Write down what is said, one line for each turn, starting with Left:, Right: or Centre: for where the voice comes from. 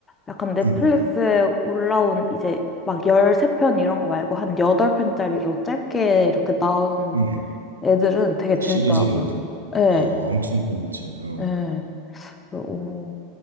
Left: 약간 넷플릭스에
Right: 음,
Left: 올라온 이제 막 13편 이런 거 말고 한 8편짜리로 짧게 이렇게 나온
Right: 음, 음.
Left: 애들은 되게 재밌더라고요.
Right: 시리즈물들
Left: 예,
Right: 야, 엄청 재밌지. 어.
Left: 예. 그래서 오,